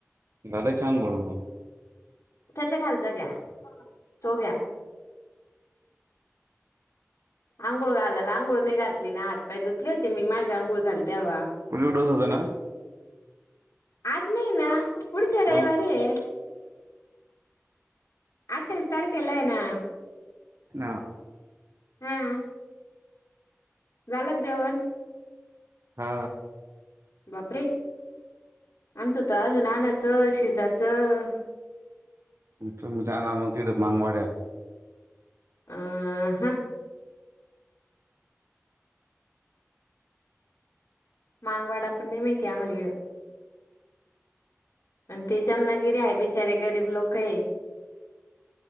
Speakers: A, on the right; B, on the left.
A: घालचछान <unintelligible> बोल म
B: त्याच्या खालचा घ्या तो घ्या अंघोळ घालाला अंघोळ नाही घातली ना हात पाय धुतले होते मी माझ्या अंघोळ झाली तेव्हा
A: पोलिओ डोस होता ना आस
B: आज नाही ना पुढच्या
A: मग
B: रविवारे ये आठावीस तारखेलायना
A: ह <unintelligible>
B: हम झालाक जेवण
A: हा
B: बापरे आमचं तर अजून आणनाचं शिजाचं
A: तुम्ही जाणार मग तिकड मागवाड्यात
B: आह ह <unintelligible> मागवडापण मी त्यामलीड <unintelligible> आणि ते जामनागिरी आहे बिचारे गरीब लोक आहे